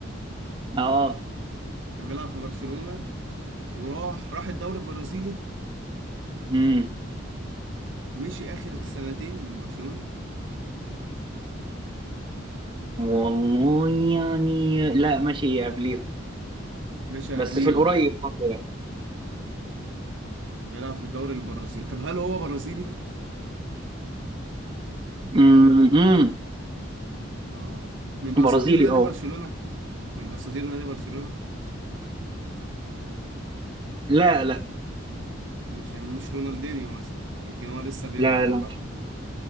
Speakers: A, on the right; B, on the right.
A: اه
B: كان بيلعب في برشلونه وراح راح الدوري البرازيلي
A: امم
B: مشي اخر سنتين من برشلونه
A: والله يعني لا ماشي قبليهم
B: مشى
A: بس
B: قبليهم
A: في القريب برضه يعني
B: بيلعب في الدوري البرازيلي طب هل هو برازيلي
A: امم أمم.
B: اه من اساطير
A: برازيلي
B: نادي
A: اه
B: برشلونة من اساطير نادي برشلونة
A: لا لا
B: مش يعني مش رونالدينيو مثلا يمكن هو لسه بيلعب
A: لا
B: معرفش
A: لا